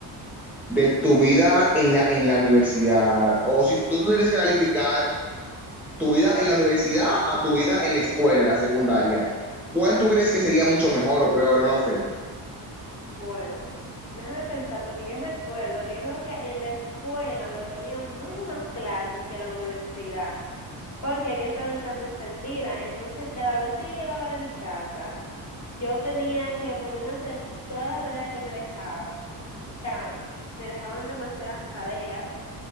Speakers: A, in the centre; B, on the left (about 40°).
A: de tu vida en la, en la universidad? O si tú tendrías que calificar tu vida en la universidad a tu vida en la escuela, en la secundaria, ¿cuál tú crees que sería mucho mejor o peor o no sé?
B: Bueno, déjame pensar, porque yo recuerdo que yo creo que en la escuela me ponían mucho más clases que en la universidad, porque yo estaba en tan extendida, entonces cada vez que yo llegaba de mi casa, yo tenía que ponerme a hacer toda la tarea que me dejaban. O sea, me dejaban demasiadas tareas